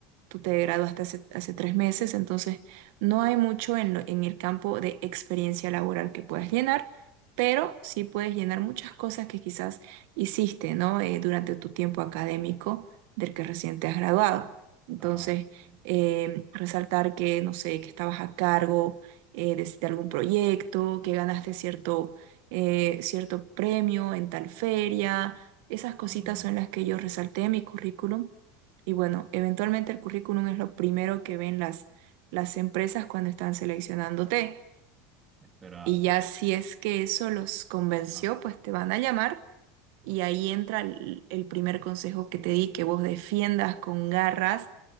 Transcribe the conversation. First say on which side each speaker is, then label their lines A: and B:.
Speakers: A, on the right; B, on the right.
A: Tú te graduaste hace, hace tres meses, entonces no hay mucho en, lo- en el campo de experiencia laboral que puedas llenar, pero sí puedes llenar muchas cosas que quizás hiciste, ¿no? Eh, durante tu tiempo académico del que recién te has graduado. Entonces,
B: Ah, ok.
A: eh, resaltar que, no sé, que estabas a cargo eh, de, de algún proyecto, que ganaste cierto, eh, cierto premio en tal feria. Esas cositas
B: Mm,
A: son las que yo resalté en mi currículum y bueno, eventualmente el currículum es lo primero que ven las, las empresas cuando están seleccionándote.
B: Esperada.
A: Y ya si es que eso los convenció,
B: ajá.
A: pues te van a llamar y ahí entra el, el primer consejo que te di, que vos defiendas con garras